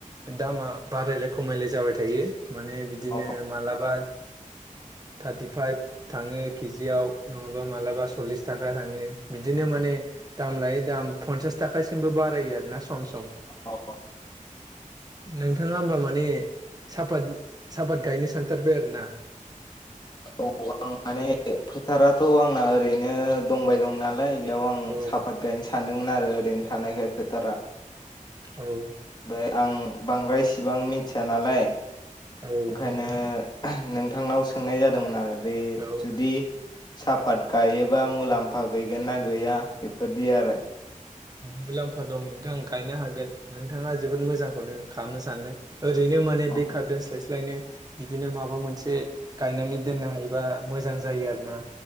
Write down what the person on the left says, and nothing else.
औ
<inaudible>
अ।
औ आं माने फोथाराथ' आंना ओरैनो दंबाय दं नालाय बेयाव आं
साफात गायनो सानदोंमोन आरो ओरैनो थानायखाय फोथारा।
ओमफ्राय आं बांद्रायसेबां मिथिया नालाय ओंखायनो
नोंथांनाव सोंनाय जादोंमोन आरो बे
जुदि साफात गायोबा मुलाम्फा गैगोन ना गैया बेफोरदि आरो।
औ